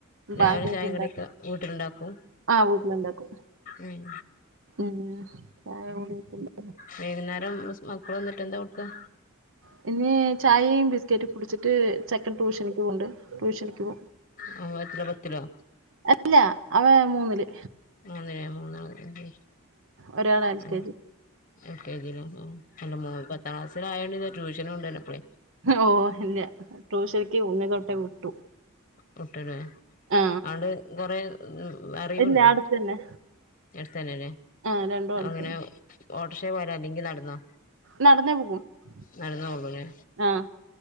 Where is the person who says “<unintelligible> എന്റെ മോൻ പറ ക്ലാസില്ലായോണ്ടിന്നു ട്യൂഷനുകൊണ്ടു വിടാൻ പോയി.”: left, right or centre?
Left